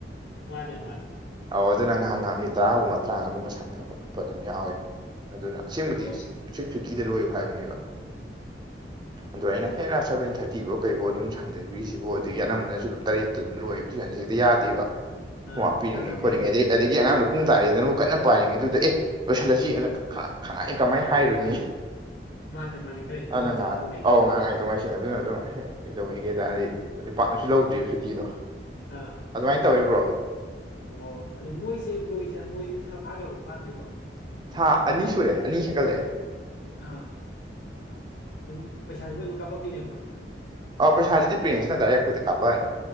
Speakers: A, on the left; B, on the right.
A: ꯃꯥꯅꯦ ꯃꯥꯅꯦ
B: ꯑꯧ ꯑꯗꯨꯅ ꯉꯥꯍꯥꯛ ꯉꯥꯍꯥꯛ ꯃꯤꯅꯠ ꯇꯔꯥꯒꯨꯝꯕ ꯇꯔꯥꯉꯥꯒꯨꯝꯕ ꯁꯥꯡꯊꯕ ꯈꯣꯠꯄ ꯑꯗꯨꯝ ꯌꯥꯎꯋꯦ ꯑꯗꯨꯅ ꯑꯁꯦꯡꯕꯗꯤ
A: ꯑꯣ
B: ꯁꯤꯛꯁ ꯐꯤꯐꯇꯤꯗ ꯂꯣꯏꯌꯣ ꯍꯥꯏꯕꯅꯦꯕ ꯑꯗꯣ ꯑꯩꯅ ꯍꯦꯟꯅ ꯁꯕꯦꯟ ꯊꯥꯔꯇꯤꯐꯥꯎ ꯀꯩꯕꯣ ꯑꯗꯨꯝ ꯁꯥꯟꯊꯕꯤꯔꯤꯁꯤꯕꯣ ꯑꯗꯒꯤ ꯑꯅꯝꯕꯅꯁꯨ ꯑꯗꯨꯝ ꯇꯔꯦꯠ ꯑꯗꯨꯝ ꯂꯣꯏꯌꯦꯕ ꯇꯨꯏꯁꯟꯁꯦ ꯍꯦꯛꯇ ꯌꯥꯗꯦꯕ
A: ꯑꯥ
B: ꯎꯥꯛ ꯄꯤꯔꯤꯉꯦ
A: ꯌꯥꯗꯕꯅꯤ
B: ꯈꯣꯠꯂꯤꯉꯩ
A: ꯌꯥꯗꯕꯅꯤ
B: ꯑꯗꯩ ꯑꯗꯒꯤ ꯑꯉꯥꯡꯗꯣ ꯄꯨꯡ ꯇꯥꯔꯏꯗꯅꯨ ꯀꯟꯅ ꯄꯥꯏꯔꯤꯉꯩꯗꯨꯗ ꯑꯦ ꯂꯣꯏꯁꯤꯜꯂꯁꯤ ꯑꯩꯅ ꯀꯃꯥꯏ ꯀꯃꯥꯏ ꯍꯥꯏꯔꯨꯅꯤ
A: ꯃꯥꯅꯦ ꯃꯥꯅꯦ ꯈꯔ ꯍꯦꯟꯇꯣꯛ
B: ꯑꯗ
A: ꯍꯦꯟꯖꯤꯟ
B: ꯉ
A: ꯑꯗꯨꯝ ꯂꯩꯅ
B: ꯑꯧ
A: ꯇꯥꯕꯅꯤ
B: ꯉꯥꯡ ꯉꯥꯏꯗ ꯉꯥꯏꯁꯤ ꯑꯗꯨꯅ ꯑꯗꯨꯝ ꯀꯩꯗꯧꯋꯒꯦ ꯇꯔꯅꯗꯤ ꯑꯗꯨꯩ ꯄꯥꯛꯅꯁꯨ ꯌꯥ ꯂꯧꯗ꯭ꯔꯤꯕ ꯁꯨꯇꯤꯗꯣ
A: ꯑꯥ
B: ꯑꯗꯨꯃꯥꯏꯅ ꯇꯧꯔꯤꯕ꯭ꯔꯣ
A: ꯑꯣ ꯑꯗꯨꯗꯣ ꯃꯣꯏꯁꯦ ꯕ꯭ꯔꯣꯏꯁꯦ ꯕ꯭ꯔꯣꯏꯁꯦ ꯐꯥꯈ꯭ꯔꯕ ꯐꯥꯗ꯭ꯔꯤꯕꯣ
B: ꯊꯥ ꯑꯅꯤ ꯁꯨꯔꯦ ꯑꯅꯤ ꯍꯦꯟꯒꯠꯂꯛꯑꯦ
A: ꯑꯥ ꯑꯗꯨꯝ ꯄꯩꯁꯥꯖꯦ ꯃꫭꯏꯅꯗꯨꯝ ꯀꯥꯞꯄꯛꯇꯣꯏꯅꯦꯕ
B: ꯑꯧ ꯄꯩꯁꯥꯖꯤꯗꯤ ꯄꯦꯟꯁꯇ ꯗꯥꯏꯔꯦꯛ ꯑꯩꯈꯣꯏꯗ ꯀꯥꯞꯄꯛꯑꯅꯤ